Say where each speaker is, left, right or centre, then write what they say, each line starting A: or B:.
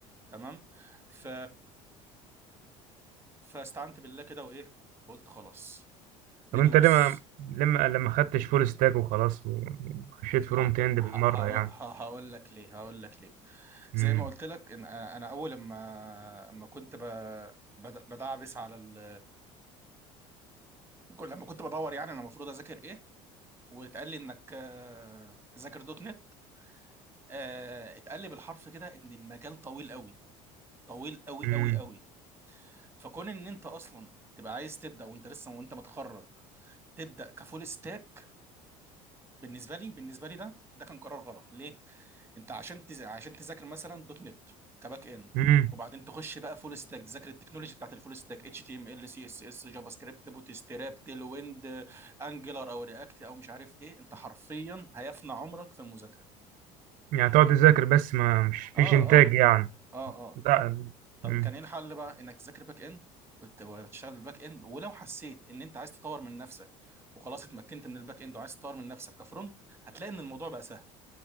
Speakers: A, on the right (about 15°); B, on the right (about 60°).
A: تمام ف فاستعنت بالله كده وايه وقلت خلاص ندوس
B: طب انت ليه ما لما لما خدتش فول ستاك وخلاص وخشيت فرونت
A: مع
B: اند
A: ه-
B: بالمره
A: ه-
B: يعني
A: ه- هقول لك ليه هقول لك ليه زي
B: امم
A: ما قلت لك ان انا أنا اول ما اما كنت ب... بد- بدعبس على ال لما كنت بدور يعني انا المفروض اذاكر ايه واتقال لي انك آه، ذاكر دوت نت آه، اتقال لي بالحرف كده ان المجال طويل قوي طويل قوي
B: امم
A: قوي قوي فكون ان انت اصلا تبقى عايز تبدا وانت لسه وانت متخرج تبدا كفول ستاك بالنسبه لي بالنسبه لي ده ده كان قرار غلط ليه انت عشان تز... عشان تذاكر مثلا دوت نت كباك اند
B: امم
A: وبعدين تخش بقى فول ستاك تذاكر التكنولوجي بتاعت الفول ستاك اتش تي ام ال سي اس اس جافا سكريبت بوتستراب تيل ويند انجلر او رياكت او مش عارف ايه انت حرفيا هيفنى عمرك في المذاكره
B: يعني تقعد تذاكر بس ما مش
A: اه
B: فيش انتاج
A: اه
B: يعني
A: اه اه
B: لا
A: طب
B: امم
A: كان ايه الحل بقى انك تذاكر باك اند وت- وتشتغل بالباك اند ولو حسيت ان انت عايز تطور من نفسك وخلاص اتمكنت من الباك اند وعايز تطور من نفسك كفرونت هتلاقي ان الموضوع بقى سهل